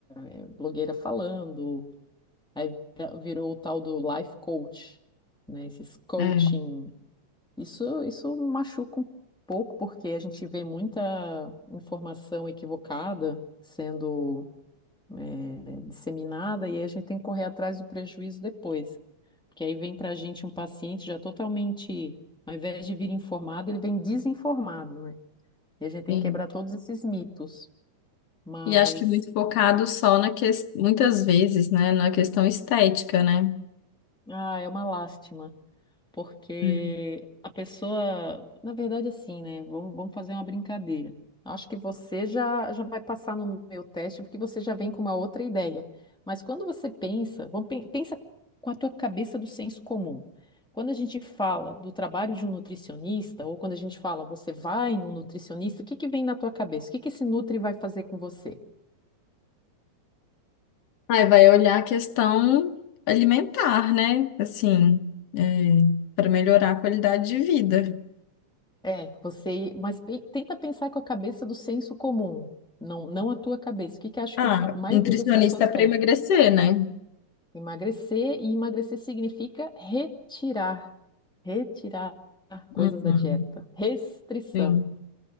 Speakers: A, in the centre; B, on the left (about 60°).
A: é blogueira falando. Aí vira- virou o tal do life coach, né? Esses coaching.
B: é,
A: Isso, isso machuca um pouco, porque a gente vê muita informação equivocada sendo, eh, disseminada, e aí a gente tem que correr atrás do prejuízo depois. Porque aí vem para a gente um paciente já totalmente, ao invés de vir informado, ele vem desinformado, né? E a gente tem
B: sim.
A: que quebrar todos esses mitos. Mas,
B: E acho que muito focado só na questão, muitas vezes, né, na questão estética, né?
A: ah, é uma lástima. porque
B: Hum.
A: a pessoa, na verdade, assim, né? Vamos, vamos fazer uma brincadeira. Acho que você já, já vai passar no meu teste, porque você já vem com uma outra ideia. Mas quando você pensa, vamos, pen- pensa com a tua cabeça do senso comum. Quando a gente fala do trabalho de um nutricionista, ou quando a gente fala você vai num nutricionista, o que que vem na tua cabeça? O que que esse nutri vai fazer com você?
B: Aí vai olhar a questão alimentar, né? Assim, é, para melhorar a qualidade de vida.
A: É, você, mas pe- tenta pensar com a cabeça do senso comum, não, não a tua cabeça. O que que acho
B: Ah,
A: que a maioria
B: nutricionista
A: das pessoas pensa?
B: para emagrecer, né?
A: Emagrecer, e emagrecer significa retirar, retirar coisas
B: Uhum,
A: da dieta, restrição.
B: sim,